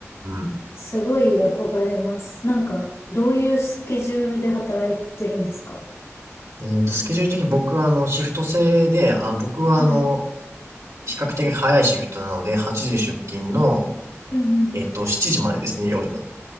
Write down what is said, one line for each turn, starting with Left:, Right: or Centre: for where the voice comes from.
Right: ん。
Left: すごい憧れます。なんか、どういうスケジュールで働いてるんですか
Right: えっと、スケジュール的に僕は、あの、シフト制で、あ、僕は、
Left: うん、
Right: あの、比較的早いシフトなので、8時出勤の、
Left: うん、うん、
Right: えっと、
Left: うん。
Right: 7時までですね、夜の。